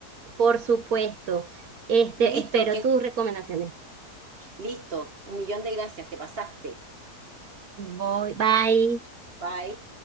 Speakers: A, on the right (about 65°); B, on the right (about 40°).
A: por supuesto. Este,
B: Listo,
A: espero
B: que
A: tus recomendaciones.
B: listo. Un millón de gracias, te pasaste.
A: Voy, bye.
B: Bye.